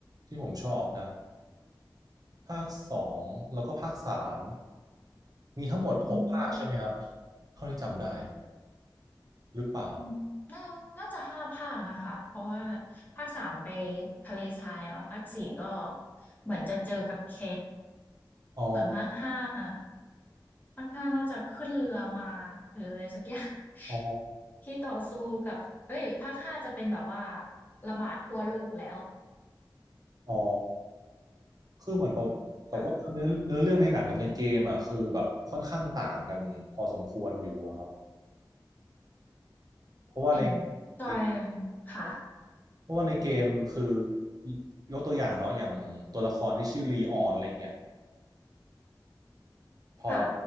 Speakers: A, on the right; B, on the left.
A: ที่ผมชอบนะ ภาคสองแล้วก็ภาคสามมีทั้งหมดหกภาคใช่ไหมครับ
B: อืม
A: เท่าที่จำได้หรือเปล่า
B: อืมน่าน่าจะ5ภาคนะคะเพราะว่าภาค3ไปทะเลทรายเนาะภาค4ก็เหมือนจะเจอกับแค
A: อ๋อ
B: ส่วนภาค5ภาค5น่าจะขึ้นเรือมาหรืออะไรสักอย่าง <laughs>
A: อ๋อ
B: ที่ต่อสู้กับเอ้ยภาค5จะเป็นแบบว่าระบาดทั่วโลกแล้ว
A: อ๋อคือเหมือนแบบกับว่าเนื้อเนื้อเรื่องในหนังกับในเกมอ่ะคือแบบค่อนข้างต่างกันพอสมควรอยู่อะครับ
B: ค่ะ
A: เพราะว่าใน
B: เห็นจอย
A: ใน
B: ค่ะ
A: เพราะว่าในเกมคือยกตัวอย่างเนาะอย่างตัวละครที่ชื่อลีออนอะไรอย่างเงี้ยพอ
B: ค่ะ